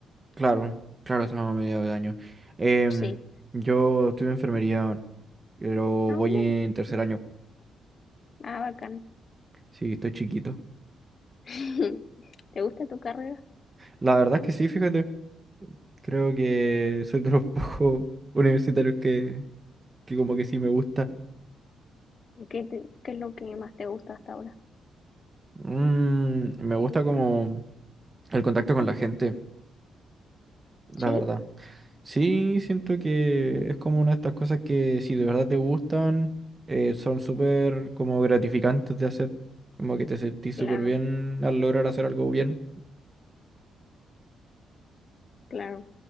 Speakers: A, on the right (about 15°); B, on the left (about 35°).
A: Claro, claro, estamos a mediados de año. Em,
B: Sí.
A: yo estudio enfermería, pero
B: Ah,
A: voy
B: bueno.
A: en tercer año.
B: Ah, bacán.
A: Sí, estoy chiquito.
B: <laughs> ¿Te gusta tu carrera?
A: La verdad es que sí, fíjate. Creo que soy de los <laughs> pocos universitarios que, que como que sí me gusta.
B: ¿Qué, te- qué es lo que más te gusta hasta ahora?
A: Mm, me gusta como el contacto con la gente, la
B: Sí,
A: verdad. Sí, siento que es como una de estas cosas que si de verdad te gustan, eh, son súper como gratificantes de hacer. Como que te sentís
B: claro,
A: súper bien al lograr hacer algo bien.
B: claro.